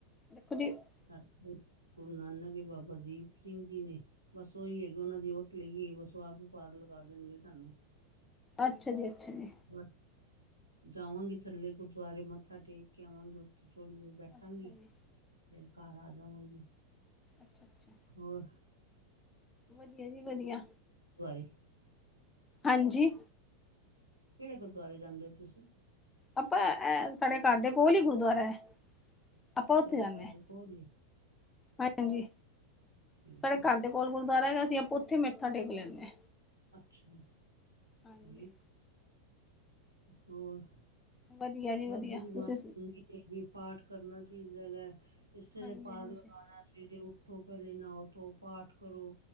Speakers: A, on the left; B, on the right.
A: ਦੇਖ <unintelligible>
B: ਸਾਡੇ ਗੁਰੂ ਨਾਨਕ ਬਾਬਾ ਦੀਪ ਸਿੰਘ ਜੀ ਨੇ। ਬਸ ਉਹੀ ਹੈਗੇ ਉਹਨਾਂ ਦੀ ੳਟ ਲਈ ਬਸ ਉਹ ਆਪ ਹੀ ਪਾਰ ਲਗਾ ਦੇਣਗੇ ਸਾਨੂੰ
A: ਅੱਛਾ ਜੀ ਅੱਛਾ ਜੀ।
B: ਮੈ ਜਾਵਾਂਗੇ ਥੱਲੇ ਗੁਰਦੁਆਰੇ ਮੱਥਾ ਟੇਕ ਕੇ ਆਵਾਂਗੇ ਉੱਥੇ ਥੋੜ੍ਹੀ ਦੇਰ। ਬੈਠਾਂਗੀ
A: ਅੱਛਾ ਜੀ‌।
B: ਫਿਰ ਘਰ ਆ ਜਾਵਾਂਗੀ।
A: ਅੱਛਾ ਅੱਛਾ।
B: ਹੋਰ।
A: ਵਧੀਆ ਜੀ ਵਧੀਆ।
B: ਵਾਰੀ।
A: ਹਾਂਜੀ।
B: ਕਿਹੜੇ ਗੁਰਦੁਆਰੇ ਜਾਂਦੇ ਹੋ ਤੁਸੀਂ?
A: ਆਪਾਂ ਇਹ ਸਾਡੇ ਘਰ ਦੇ ਕੋਲ ਹੀ ਗੁਰਦੁਆਰਾ ਹੈ। ਆਪਾਂ ਉੱਥੇ
B: ਤੁਹਾਡੇ
A: ਜਾਂਦੇ
B: ਘਰ
A: ਹਾਂ
B: ਦੇ ਕੋਲ ਹੀ ਏ।
A: ਹਾਂਜੀ,
B: ਠੀਕ
A: ਸਾਡੇ
B: ਹੈ
A: ਘਰ ਦੇ ਕੋਲ ਗੁਰਦੁਆਰਾ ਹੈਗਾ ਅਸੀਂ ਆਪਾਂ ਉੱਥੇ ਮੱਥਾ ਟੇਕ ਲੈਂਦੇ ਹਾਂ।
B: ਅੱਛਾ!
A: ਹਾਂਜੀ
B: ਠੀਕ। ਹੋਰ,
A: ਵਧੀਆ ਜੀ ਵਧੀਆ
B: ਬਾਬੇ ਦੀ
A: ਤੁਸੀਂ
B: ਬਾਣੀ ਕਿਸੀ ਲਈ ਪਾਠ ਕਰਨਾ ਸਹੀ ਹੈਗਾ ਇਸੇ
A: ਹਾਂਜੀ
B: ਨੇ ਪਾਰ
A: ਹਾਂਜੀ
B: ਲਗਾਉਣਾ ਸਵੇਰੇ ਉਠੋ ਪਹਿਲੇ ਨਹਾ ਕੇ ਪਾਠ ਕਰੋ।